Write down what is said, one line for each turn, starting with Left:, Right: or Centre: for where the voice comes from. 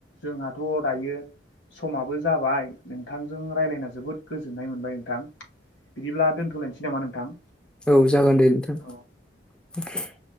Left: जोंहाथ' दायो समाबो जाबाय नोंथांजों राय्लायना जोबोद गोजोन्नाय मोनबाय नोंथां बिदिब्ला दोन्थ'लायनोसै नामा नोंथां?
Centre: औ जागोन दे नोंथां।
Left: औ
Centre: <inaudible>